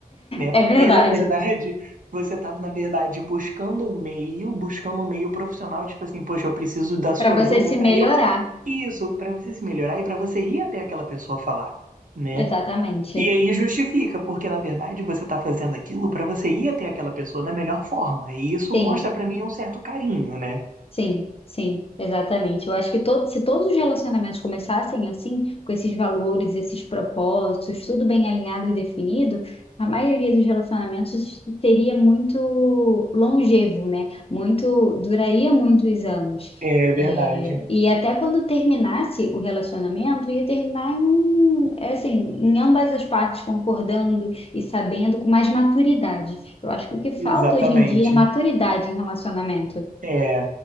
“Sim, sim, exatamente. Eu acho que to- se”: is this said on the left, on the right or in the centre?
Left